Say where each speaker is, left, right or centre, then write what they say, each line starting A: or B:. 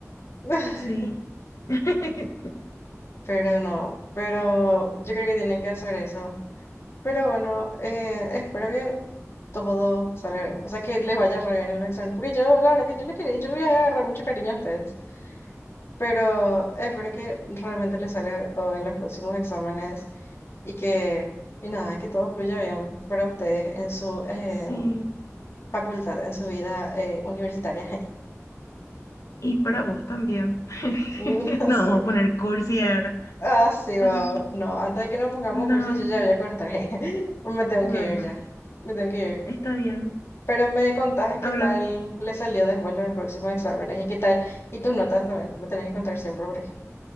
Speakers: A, on the left; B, on the left.
A: <laughs>
B: Sí. <laughs>
A: Pero no, pero yo creo que tienen que hacer eso. Pero bueno, eh, espero que todo salga bien. O sea, que les vaya re bien en los exámenes. Porque yo, la verdad que yo les quería, yo les voy a agarrar mucho cariño a ustedes. Pero espero que realmente les salga todo en los próximos exámenes y que, y nada, que todo fluya bien para ustedes en su eh,
B: Sí.
A: facultad, en su vida eh, universitaria. <laughs>
B: Y para vos también. <laughs>
A: No,
B: No
A: sí,
B: vamos a poner cursi ahora.
A: ah, sí,
B: Bueno,
A: wow. No, antes de que nos pongamos
B: no.
A: cursos, yo ya voy a cortar. <laughs> Me tengo
B: Bueno,
A: que ir ya. Me tengo que ir.
B: está bien.
A: Pero me contaste qué
B: Habla.
A: tal le salió después los próximos exámenes y qué tal, y tus notas también, me tenés que contar siempre por ahí.